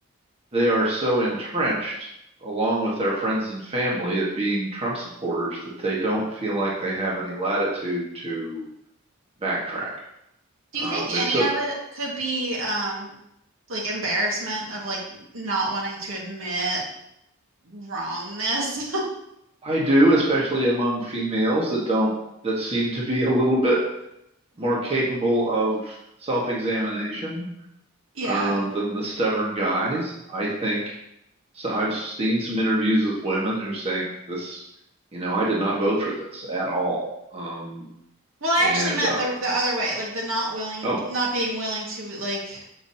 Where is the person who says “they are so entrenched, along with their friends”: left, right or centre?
Right